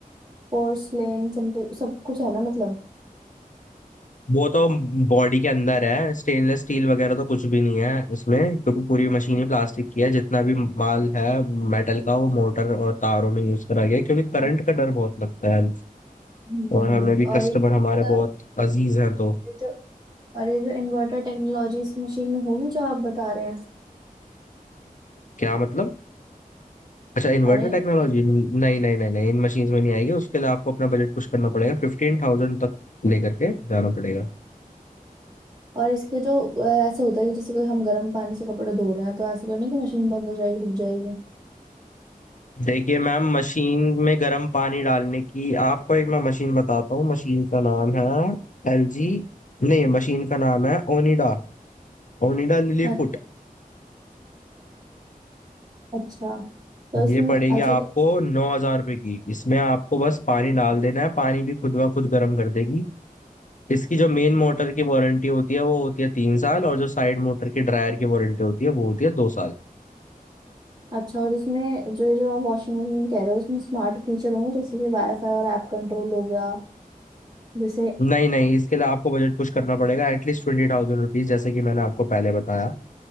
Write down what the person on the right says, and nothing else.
पोर्सलेन सब तो, सब कुछ है ना मतलब
अच्छा
हम्म,
हम्म।
और
ये
तो
ये जो और ये जो इन्वर्टर टेक्नोलॉजी इस मशीन में होगी जो आप बता रहे हैं
अरे
और इसके जो अ, ऐसा होता है कि जैसे कोई हम गर्म पानी से कपड़े धो रहे हैं तो ऐसा तो नहीं कि मशीन बंद हो जाएगी रुक जाएगी
अ- अच्छा तो इसमें
अच्छा
तो
अच्छा और इसमें जो जो आप वॉशिंग मशीन कह रहे हो उसमें स्मार्ट फीचर होंगे जैसे कि वाईफाई और ऐप कंट्रोल हो गया जैसे